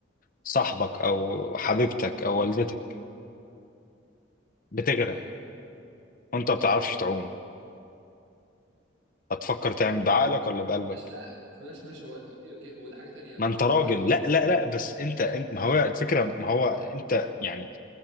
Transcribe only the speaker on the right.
تمام
ماشي لا ماشي ماشي هو اوكي اوكي هو ده حاجة تانية ده
ده طبيعي
صح